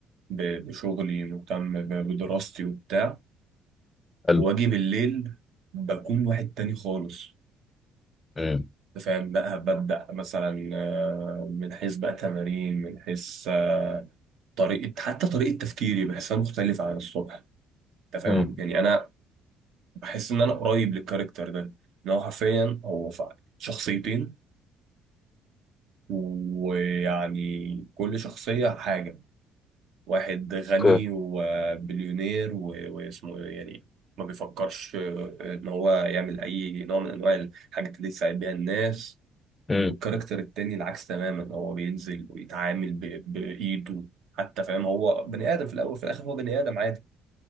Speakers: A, on the right; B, on the left.
A: ب- بشغلي مهتم ب- بدراستي وبتاع
B: حلو
A: واجي بالليل بكون واحد تاني خالص
B: امم
A: فاهم بقى ببدأ مثلا آه، من حيث بقى تمارين من حيث آه، طريقة حتى طريقة تفكيري بحسها مختلفة عن الصبح انت فاهم
B: امم
A: يعني انا بحس ان انا قريب للكاركتر ده ان هو حرفيا هو ف- شخصيتين ويعني كل شخصية حاجة واحد غني
B: اوكي
A: وبليونير و- واسمه إيه يعني ما بيفكرش آه، ان هو يعمل اي نوع من انواع الحاجات اللي تساعد بيها الناس
B: امم
A: والكاركتر التاني العكس تماما هو بينزل ويتعامل ب... بإيده حتى فاهم هو بني آدم في الأول وفي الآخر هو بني آدم عادي